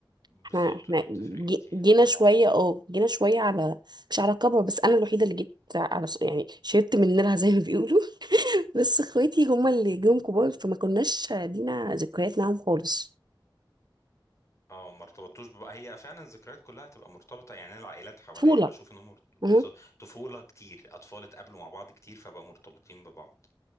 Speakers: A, on the left; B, on the right.
A: بالظبط
B: احنا احنا
A: ودي بتفرق كتير
B: جي- جينا
A: اه
B: شوية اه جينا شوية على مش على كبر بس انا الوحيدة اللي جيت على س- يعني شربت من نيرها <laughs> زي ما بيقولوا <laughs> بس اخواتي هما اللي جم كبار فما كناش لينا ذكريات معاهم خالص
A: اه ما ارتبطتوش بقى هي فعلا الذكريات كلها تبقى مرتبطة يعني أنا العائلات حواليا
B: طفولة
A: اللي بشوف انهم مرت- بالظبط
B: مهم.
A: طفولة كتير أطفال اتقابلوا مع بعض كتير فبقى مرتبطين ببعض